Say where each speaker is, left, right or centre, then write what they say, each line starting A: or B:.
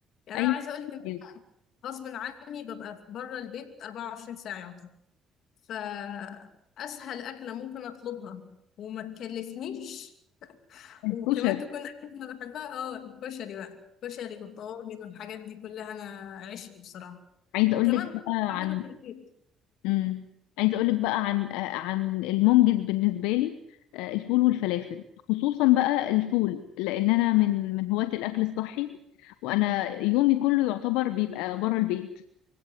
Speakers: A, on the left; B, on the left.
A: يعني
B: أي
A: انا عايزه اقول لك ان
B: أيوة.
A: غصب عني ببقى بره البيت 24 ساعه يعتبر فاسهل اكله ممكن اطلبها وما تكلفنيش
B: الكشري
A: وكمان تكون اكله انا بحبها اه الكشري بقى الكشري والطواجن والحاجات دي كلها انا عشقي بصراحه
B: عايزة
A: وكمان
B: أقول لك بقى
A: بعمله
B: عن
A: في البيت
B: امم عايزه اقول لك بقى عن آه، عن المنجز بالنسبه لي آه، الفول والفلافل خصوصا بقى الفول لان انا من من هواة الاكل الصحي وانا يومي كله يعتبر بيبقى بره البيت